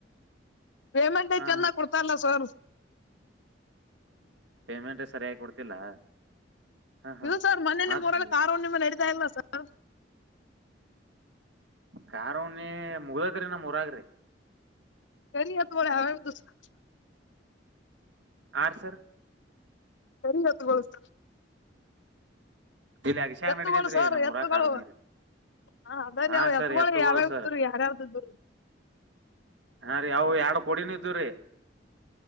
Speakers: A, on the left (about 85°); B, on the right (about 80°).
A: ಪೇಮೆಂಟ್ ಐತಿ
B: ಹಾ
A: ಅಂದಮ್ಯಗ್ ಕೊಡ್ತಾರಲ್ಲ ಸರ್
B: ಪೇಮೆಂಟ್ ಸರಿಯಾಗಿ ಕೊಡ್ತಿಲ್ಲ. ಹಾ ಹಾ
A: ಇಲ ಸರ್ ಮೊನ್ನೆ
B: ಮತ್
A: ನಿಮ್ಮ ಉರಲ್ಲಿ ಕಾರ ಹುಣ್ಣಿಮೆ ನಡೀತಾ ಇಲ್ಲ ಸರ್
B: ಕಾರ ಹುಣಿಮೆ ಮುಗ್ದದ್ರಿ ನಮ್ಮ್ ಊರಾಗ ರೀ
A: <unintelligible>
B: ಆರ್ ಸರ್
A: ಸರಿ ಆತ ಗೋಳಸ
B: ಇಲ್ಲಿ ಅಗಶ್ಯಾಗ
A: ಎತ್ತುಗಳು
B: ನಡಿತೈತ್ರಿ
A: ಸರ್
B: ನಮ್
A: ಎತ್ತುಗಳು
B: ಊರಾಗ ಕಾರುಣಿ ರೀ
A: ಹ ಅದಾವ
B: ಹಾ ಸರ್
A: ಎತ್ತುಗಳು ಯಾವ್ಯಾವ್ದ್ದರು
B: ಸರ್
A: ಯಾರ್ಯಾವ್ದರು
B: ಹಾ ರೀ ಅವು ಎರಡು ಕೊಡಿನ್ವ ಇದ್ದವ ರೀ